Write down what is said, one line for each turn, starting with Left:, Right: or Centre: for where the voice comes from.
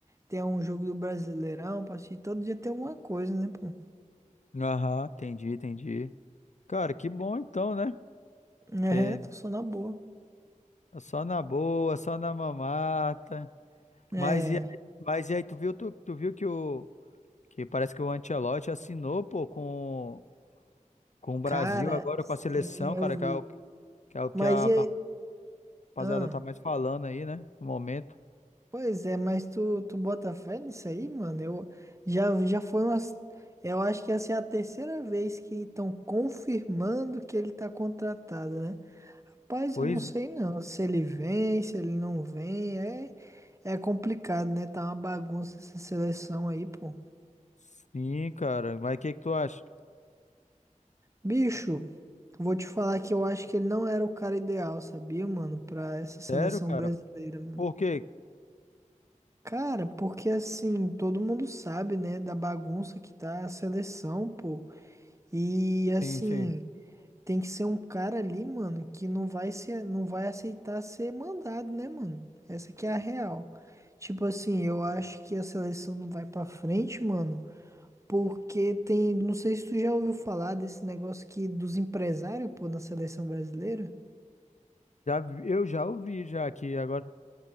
Right: tem um jogo do Brasileirão pra assistir. Todo dia tem alguma coisa, né, pô?
Left: Aham, entendi, entendi. Cara, que bom então, né?
Right: É,
Left: Que
Right: tô só na boa.
Left: é só na boa, só na mamata.
Right: É,
Left: Mas e aí, mas e aí, tu viu, tu, tu viu que o. Que parece que o Ancelotti assinou, pô, com. Com o Brasil
Right: cara,
Left: agora,
Right: sim,
Left: com a seleção,
Right: eu
Left: cara,
Right: vi.
Left: que é o que, é o que
Right: Mas
Left: a
Right: e aí?
Left: rapaziada
Right: Ahn?
Left: tá mais falando aí, né? No momento.
Right: Pois é, mas tu, tu bota fé nisso aí, mano? Eu já, já foi umas. Eu acho que essa é a terceira vez que estão confirmando que ele tá contratado, né? Rapaz,
Left: Pois
Right: eu não sei não. Se ele vem, se ele não vem, é, é complicado, né? Tá uma bagunça essa seleção aí, pô.
Left: sim, cara. Mas o que que tu acha?
Right: Bicho, vou te falar que eu acho que ele não era o cara ideal, sabia, mano? Pra essa seleção
Left: Sério, cara?
Right: brasileira, mano.
Left: Por quê?
Right: Cara, porque assim, todo mundo sabe, né, da bagunça que tá a seleção, pô. E assim,
Left: Sim, sim.
Right: tem que ser um cara ali, mano, que não vai ser, não vai aceitar ser mandado, né, mano? Essa que é a real. Tipo assim, eu acho que a seleção não vai pra frente, mano, porque tem, não sei se tu já ouviu falar desse negócio aqui dos empresários, pô, na seleção brasileira,
Left: Já, vi- eu já ouvi já que agora